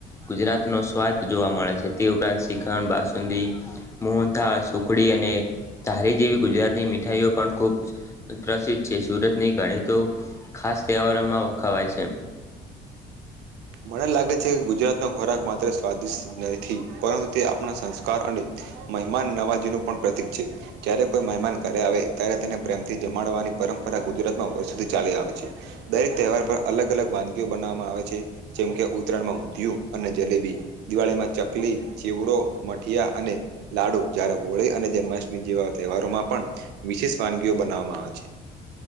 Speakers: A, on the left; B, on the right.
A: ગુજરાત નો સ્વાદ જોવા મળે છે તે ઉપરાંત શિખંડ બાસુંદી, મોહન્થાળ, સુખડી. એ તારી જેવી ગુજરાતની મીઠાઈઓ પણ ખૂબ, પ્રસિદ્ધ સુરતની ગણીતુ, ખાસ તહેવારોમાં વખાવાય છે.
B: મને લાગે છે કે ગુજરાતનો ખોરાક માત્ર સ્વાદિષ્ટ નથી, પરંતુ તે આપણા સંસ્કાર અને મહેમાન નવાજીનું પણ પ્રતિક છે, જ્યારે કોઈ મહેમાન ઘરે આવે ત્યારે તેને પ્રેમથી જમાડવાની પરંપરા ગુજરાતમાં વર્ષોથી ચાલી આવે છે, દરેક તહેવાર પર અલગ અલગ વાનગીઓ બનાવવામાં આવે છે. મકે ઉત્તરાયણમાં ઊંધિયું અને જલેબી, દિવાળીમાં ચકલી ચીવડો મઠિયા અને લાડુ જ્યારે હોળી અને જન્માષ્ટમી જેવા તહેવારોમાં પણ, વિશેષ વાનગીઓ બનાવવામાં આવે છે.